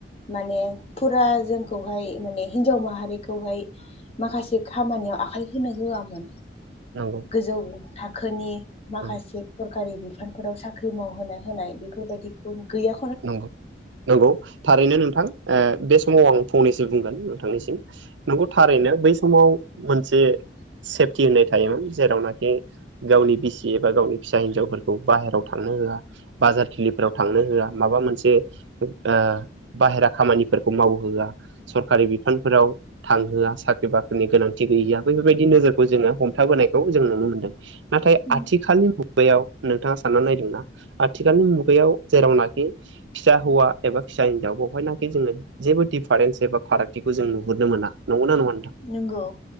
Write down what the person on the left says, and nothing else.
माने फुरा जोंखौहाय माने हिनजाव माहारिखौहाय माखासे खामानियाव आखाइ होनो होआमोन।
गोजौ थाखोनि माखासे
सरखारि बिफानफोराव साख्रि मावहोनाओ होनाय बेफोरबायदिखौ गैया
माने
नोंगौ।